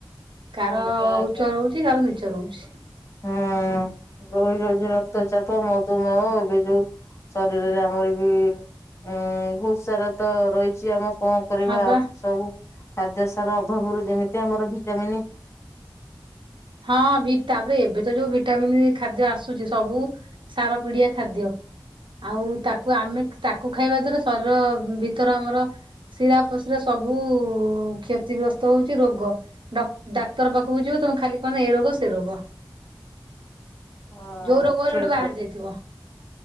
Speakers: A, on the right (about 85°); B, on the left (about 35°).
A: କାହାର
B: ଆଜ୍ଞା ଆଜ୍ଞା।
A: ଉଚ୍ଚ ରହୁଛି କାହାର ନିଚ ରହୁଛି।
B: ହୁଁ ରହିଯାଉଛି ର କ୍ତ ଚାପ ମଧୁମେହ ଏବେ ଯୋଉ ଶରୀରରେ ଆମର ବି ଉୁଁ ବହୁତ ସାରା ତ ରହିଛି ଆମେ କଣ କରିବା
A: ହଁ ପା
B: ସବୁ ଖାଦ୍ୟ ସାର ଅଭାବରୁ ଯେମିତି ଆମର ଭିଟାମିନ୍।
A: ହଁ ଭି ତାପରେ ଏବେ ତ ଯୋଉ ଭିଟାମିିନ ଖାଦ୍ୟ ଆସୁଛି ସବୁ ସାର ପଡ଼ିବା ଖାଦ୍ୟ। ଆଉ ତାକୁ ଆମେ ତାକୁ ଖାଇବା ଦ୍ଵାରା ଶରୀର ଭିତର ଆମର ଶିରାପଶିରା ସବୁ କ୍ଷତିଗ୍ରସ୍ତ ହଉଛି ରୋଗ। ଡ ଡାକ୍ତର ପାଖକୁ ଯିବ ତମ ଖାଲି କଣ ନା ଏ ରୋଗ ସେ ରୋଗ।
B: ହଁ
A: ଯୋଉ ରୋଗ ହେଲେ
B: ଠିକ
A: ଗୋଟେ ବାହାରି ଯାଇଥିବ।